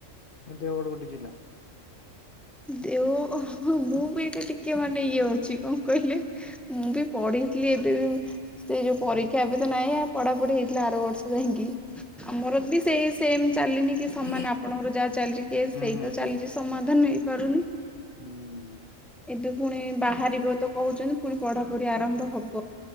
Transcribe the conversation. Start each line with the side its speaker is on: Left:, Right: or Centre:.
Left: ଦେଓଗଡ଼ ଗୋଟେ ଜିଲ୍ଲା।
Centre: ଦେଓ ମୁଁ ବି ଟିକେ ମାନେ ଇଏ ଅଛି କଣ କହିଲେ ମୁଁ ବି ପଢି ଥିଲି ଏବେବି ମୁ ସେ ଯୋଉ ପରୀକ୍ଷା
Left: ଆଜ୍ଞା।
Centre: ଏବେ ତ ନାହିଁ ଆ ପଢାପଢି ହେଇଥିଲା ଆର ବର୍ଷ ଯାଇକି। ଆମର
Left: ଆଜ୍ଞା ଆଜ୍ଞା।
Centre: ବି
Left: ହୁଁ
Centre: ସେଇ ସେମ ଚାଲିନି କି ସମାନ ଆପଣଙ୍କର ଯାହା ଚାଲିଛି କେସ୍ ସେଇ
Left: ହୁଁ
Centre: ତ
Left: ହୁଁ।
Centre: ଚାଲିଛି ସମାଧାନ ହେଇ ପାରୁନି।
Left: ହୁଁ
Centre: ଏବେ ପୁଣି ବାହାରିବ ତ କହୁଛନ୍ତି ପୁଣି ପଢାପଢି ଆରମ୍ଭ ହ